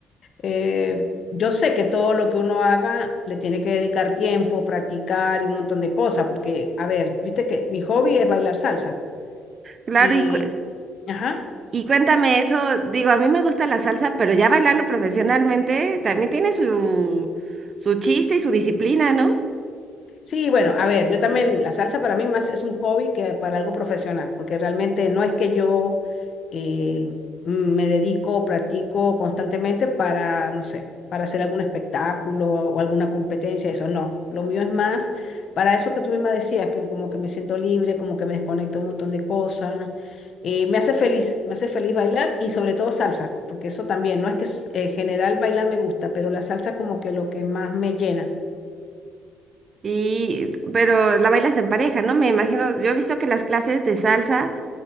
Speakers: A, on the left; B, on the right.
A: eh, yo sé que todo lo que uno haga le tiene que dedicar tiempo, practicar y un montón de cosas, porque, a ver, viste que mi hobby es bailar salsa
B: claro,
A: y,
B: y, cu-
A: ajá,
B: y cuéntame eso, digo, a mí me gusta la salsa, pero ya bailarlo profesionalmente también tiene su, su chiste y su disciplina, ¿no?
A: Sí, bueno, a ver, yo también, la salsa para mí más es un hobby que para algo profesional, porque realmente no es que yo eh, me dedico o practico constantemente para, no sé, para hacer algún espectáculo o alguna competencia, eso no. Lo mío es más para eso que tú misma decías, que como que me siento libre, como que me desconecto un montón de cosas. Eh, me hace feliz, me hace feliz bailar y sobre todo salsa, porque eso también, no es que s- en general bailar me gusta, pero la salsa como que lo que más me llena.
B: Y, pero la bailas en pareja, ¿no? Me imagino, yo he visto que las clases de salsa...